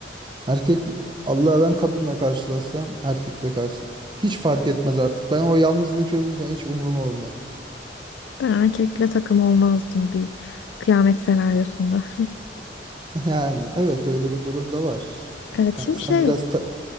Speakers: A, on the right; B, on the left.
A: Erkek Allah ben kadınla karşılaşsam erkekle karşı hiç fark etmez artık. Ben o yalnızlığı çözdüğüm hiç umuruma olmaz.
B: Ben erkekle takım olmazdım bir kıyamet senaryosunda.
A: <laughs> Yani evet öyle bir durum da var.
B: Evet
A: Yani
B: şimdi
A: sen
B: şey
A: biraz ta-